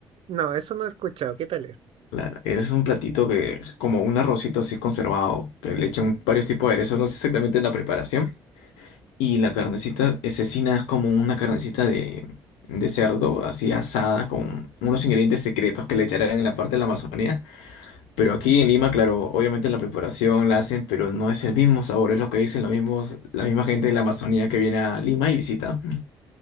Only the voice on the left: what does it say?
Claro, es un platito que es como un arrocito así conservado, que le echan varios tipos de aderezos, no sé exactamente la preparación, Y la carnecita eh, cecina es como una carnecita de, de cerdo, así asada, con unos ingredientes secretos que le echarán en la parte de la Amazonía. Pero aquí en Lima, claro, obviamente la preparación la hacen, pero no es el mismo sabor, es lo que dicen los mismos, la misma gente de la Amazonía que viene a Lima y visita.